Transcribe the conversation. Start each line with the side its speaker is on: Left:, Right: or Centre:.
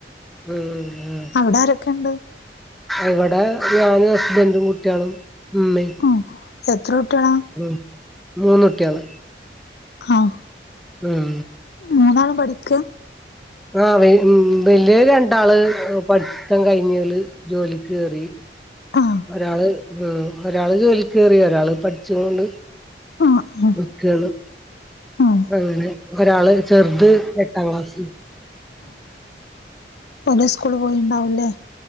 Centre: ഉം ഉം ഉം
Left: അവ്‌ടെ ആരെക്കെണ്ട്?
Centre: ഇവടെ ഞാനും ഹസ്ബന്റും കുട്ടിയാളും ഇമ്മീം
Left: ഉം എത്ര കുട്ട്യളാ?
Centre: ഉം മൂന്നുട്ടിയേള്
Left: ആഹ്.
Centre: ഉം
Left: മൂന്നാളും പഠിക്കാ
Centre: ആഹ ഉ വല്ല്യോര് രണ്ടാള് പഠിത്തം കഴിഞ്ഞല് ജോലിക്ക്‌ കേറി
Left: ആഹ്
Centre: ഒരാള് മം ഒരാള് ജോലിക്ക് കേറി ഒരാള് പഠിച്ചിണ് ണ്ട്
Left: ആഹ് ആഹ്
Centre: വക്കെയാണ്
Left: ആഹ്
Centre: അങ്ങനെ ഒരാള് ചെറുത് എട്ടാം ക്ലാസിൽ
Left: മോന് സ്കൂള് പോയിണ്ടാവൂല്ലേ